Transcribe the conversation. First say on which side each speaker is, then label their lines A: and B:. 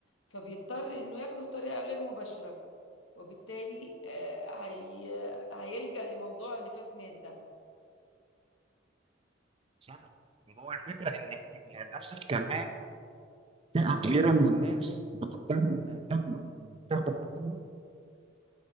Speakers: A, on the left; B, on the right.
A: فبيضطر انه ياخده بطريقة غير مباشرة وبالتالي آه، هي هيلجأ لموضوع اللي فات مات ده
B: صح هو الفكره ان للاسف كمان فئه كبيره من الناس بتضطر انها تلجأ إنها تاخد حقها